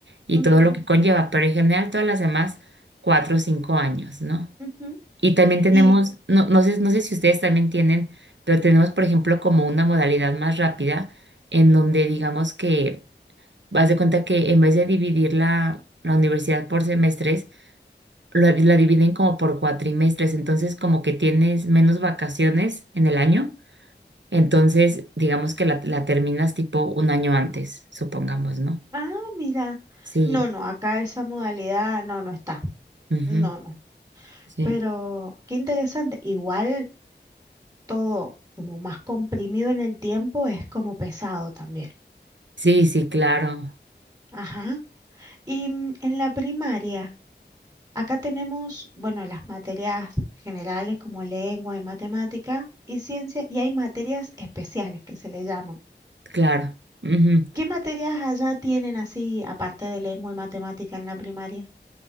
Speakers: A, on the right (about 80°); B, on the right (about 20°).
A: y
B: Ujú,
A: todo lo que conlleva, pero en general todas las demás, cuatro o cinco años, ¿no?
B: ujú.
A: Y también tenemos,
B: Y
A: no, no sé, no sé si ustedes también tienen, pero tenemos, por ejemplo, como una modalidad más rápida en donde digamos que vas de cuenta que en vez de dividir la, la universidad por semestres, lo- la dividen como por cuatrimestres, entonces como que tienes menos vacaciones en el año, entonces digamos que la, la terminas tipo un año antes, supongamos, ¿no?
B: Ah, mira.
A: Sí,
B: No, no, acá esa modalidad no, no está.
A: ujú,
B: No, no.
A: sí,
B: Pero qué interesante. Igual todo como más comprimido en el tiempo es como pesado también.
A: sí, sí, claro,
B: Ajá. Y mm, en la primaria, acá tenemos, bueno, las materias generales como lengua y matemática y ciencia, y hay materias especiales que se le llaman.
A: claro. ujú.
B: ¿Qué materias allá tienen así, aparte de lengua y matemática en la primaria?